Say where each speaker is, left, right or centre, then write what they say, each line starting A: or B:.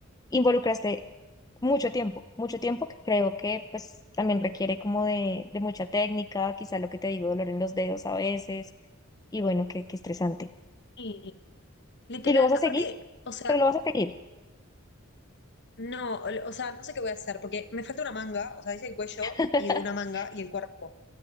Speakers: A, on the left (about 20°); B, on the left (about 55°).
A: involucraste mucho tiempo, mucho tiempo que creo que pues también requiere como de, de mucha técnica, quizá lo que te digo, dolor en los dedos a veces y bueno, qué, qué estresante.
B: Y literal,
A: Y lo vas a
B: aparte,
A: seguir,
B: o sea,
A: pero lo vas a seguir.
B: no, o o sea, no sé qué voy a hacer, porque me falta una manga, o sea, dice el cuello
A: <laughs>
B: y una manga y el cuerpo.